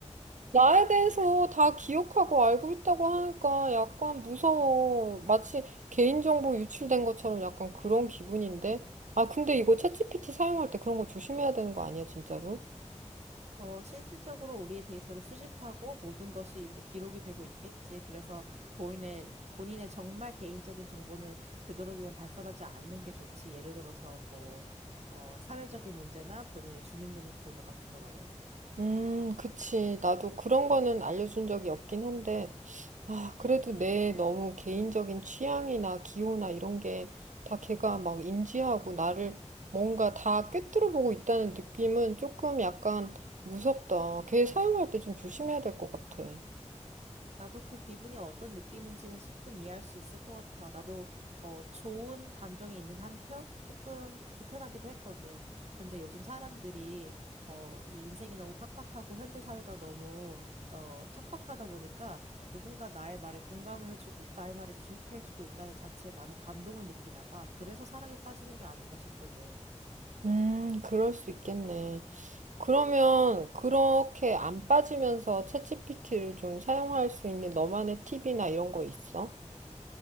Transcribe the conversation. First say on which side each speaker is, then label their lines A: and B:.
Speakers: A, on the right; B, on the right.
A: 나에 대해서 다 기억하고 알고 있다고 하니까 약간 무서워. 마치 개인정보 유출된 것처럼 약간 그런 기분인데? 아, 근데 이거 챗GPT 사용할 때 그런 거 조심해야 되는 거 아니야, 진짜로?
B: 어, 실질적으로 우리의 데이터를 수집하고 모든 것이 이제 기록이 되고 있겠지. 그래서 본인의, 본인의 정말 개인적인 정보는 되도록이면 발설하지 않는 게 좋지. 예를 들어서 뭐, 어, 사회적인 문제나 본인의 주민등록번호 같은 거 말이야.
A: 음, 그치. 나도 그런 거는 알려준 적이 없긴 한데, 아, 그래도 내 너무 개인적인 취향이나 기호나 이런 게 다 걔가 막 인지하고 나를 뭔가 다 꿰뚫어 보고 있다는 느낌은 조금 약간 무섭다. 걔 사용할 때 좀 조심해야 될 것 같아.
B: 나도 그 기분이 어떤 느낌인지는 10분 이해할 수 있을 것 같아. 나도 어, 좋은 감정이 있는 한편 조금 불편하기도 했거든. 근데 요즘 사람들이 어, 이 인생이 너무 팍팍하고 현대사회가 너무 어, 척박하다 보니까 누군가 나의 말에 공감을 해주고 나의 말을 기억해주고 있다는 자체에 많은 감동을 느끼나 봐. 그래서 사랑에 빠지는 게 아닌가 싶거든.
A: 음, 그럴 수 있겠네. 그러면 그렇게 안 빠지면서 챗GPT를 좀 사용할 수 있는 너만의 팁이나 이런 거 있어?